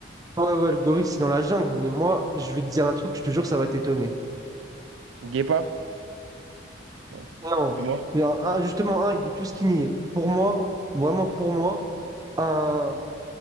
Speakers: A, on the right; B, on the right.
A: Ouais, ouais, le gorille, c'est dans la jungle. Mais moi, je vais te dire un truc, je te jure, ça va t'étonner.
B: Guépard? Non.
A: Non.
B: Dis-moi.
A: Il y a un- justement, un, il dit tout ce qu'il nie. Pour moi, vraiment pour moi, un,